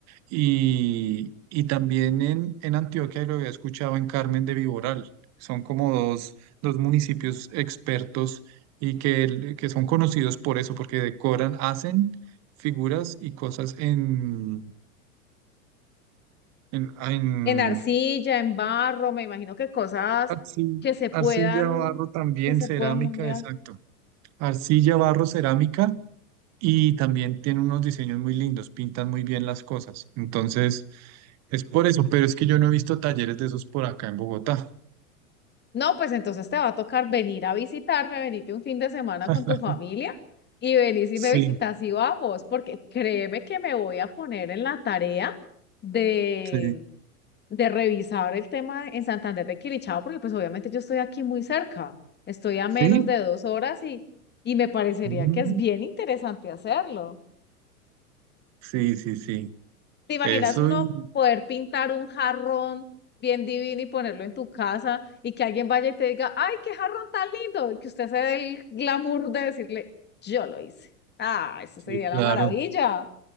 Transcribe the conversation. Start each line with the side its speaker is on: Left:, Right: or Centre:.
Right: Y, y también en, en Antioquia, y lo había escuchado en Carmen de Viboral, son como dos, dos municipios expertos y que, que son conocidos por eso, porque decoran, hacen figuras y cosas en, en, en
Left: en arcilla, en barro, me imagino que cosas
Right: arci-
Left: que se
Right: arcilla,
Left: puedan,
Right: barro también,
Left: que se
Right: cerámica,
Left: puedan mundial.
Right: exacto. Arcilla, barro, cerámica y también tiene unos diseños muy lindos, pintan muy bien las cosas. Entonces, es por eso, pero es que yo no he visto talleres de esos por acá en Bogotá.
Left: No, pues entonces te va a tocar venir a visitarme, venirte un fin de semana
Right: <laughs>
Left: con tu familia y venís y
Right: Sí,
Left: me visitas y vamos, porque créeme que me voy a poner en la tarea de,
Right: sí.
Left: de revisar el tema en Santander de Quilichao, porque pues obviamente yo estoy aquí muy cerca, estoy a
Right: ¿Sí?
Left: menos de dos horas y, y me parecería
Right: Mm,
Left: que es bien interesante hacerlo.
Right: Sí, sí, sí.
Left: ¿Te imaginas
Right: Eso
Left: uno
Right: y...
Left: poder pintar un jarrón bien divino y ponerlo en tu casa y que alguien vaya y te diga, ay, qué jarrón tan lindo? Y que usted se dé el glamour de decirle, yo lo hice. Ah, eso
Right: Sí,
Left: sería
Right: claro.
Left: la maravilla.